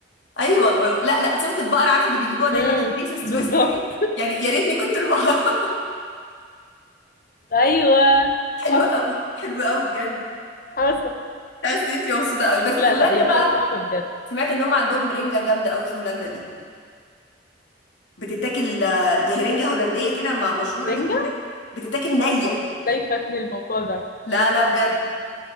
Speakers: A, on the left; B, on the left.
A: ايوه لا لا صوره البقره عارفه اللي بيجيبوها دايما
B: امم
A: في الريف السويسري
B: بالظبط
A: دي يعني يا ريتني كنت البقره <laughs>
B: ايوه
A: حلوه
B: حصل
A: قوي حلوه قوي بجد
B: حصل
A: تحس انت مبسوطه قوي بس في
B: لا
A: هولندا
B: لا يا
A: بقى
B: بلد تحفة بجد
A: سمعت ان هم عندهم رنجه جامده قوي في هولندا دي بتتاكل آه، دي رنجه هولنديه كده م- مشهوره
B: رنجة
A: جدا هناك بتتاكل نيه
B: ازاي فاتني الموضوع ده
A: لا لا بجد